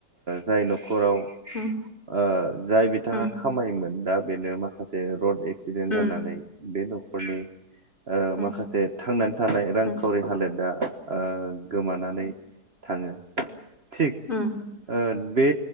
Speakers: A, on the right; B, on the left.
A: जाय न'खराव ओ
B: उम
A: जाय बिथाङा
B: उम
A: खामायोमोन दा बेनो माखासे जे रड एक्सिडेन्ट
B: उम
A: जानानै बे न'ख फुलि ओ
B: उम
A: माखासे थांनानै थानाय
B: उम
A: रांखावरि हालोदा ओ गोमानानै थाङो थिक
B: उम
A: ओ बे